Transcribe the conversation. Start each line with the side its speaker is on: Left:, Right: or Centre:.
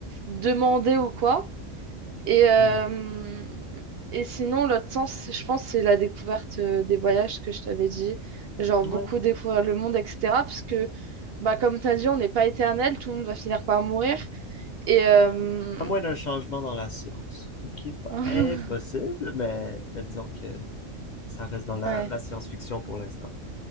Right: demandé ou quoi. Et, euh,
Left: mm.
Right: et sinon, l'autre sens, c'est- je pense, c'est la découverte euh, des voyages que je t'avais dit, genre
Left: Ouais,
Right: beaucoup découvrir le monde, etc. Parce que, bah, comme tu as dit, on n'est pas éternel, tout le monde va finir par mourir. Et, euh,
Left: à moins d'un changement dans la science, qui est pas
Right: <laughs>
Left: impossible, mais, mais disons que ça reste dans la,
Right: ouais,
Left: la science-fiction pour l'instant.